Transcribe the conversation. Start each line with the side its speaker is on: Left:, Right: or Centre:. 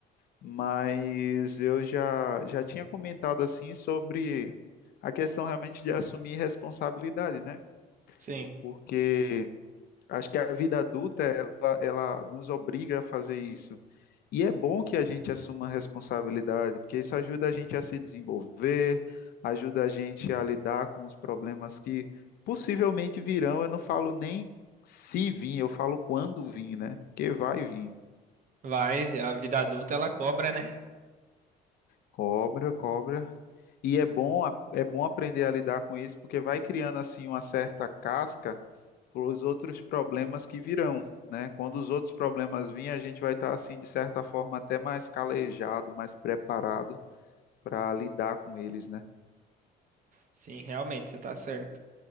Left: mas eu já já tinha comentado assim sobre a questão realmente de assumir responsabilidade, né?
Right: Sim,
Left: Porque acho que a vida adulta ela, ela nos obriga a fazer isso. E é bom que a gente assuma a responsabilidade, porque isso ajuda a gente a se desenvolver, ajuda a gente a lidar com os problemas que possivelmente virão. Eu não falo nem se vir, eu falo quando vir, né? Porque vai vir.
Right: vai, a vida adulta ela cobra, né?
Left: Cobra, cobra. E é bom, é bom aprender a lidar com isso, porque vai criando assim uma certa casca para os outros problemas que virão, né? Quando os outros problemas virem, a gente vai estar assim de certa forma até mais calejado, mais preparado para lidar com eles, né?
Right: Sim, realmente, você tá certo.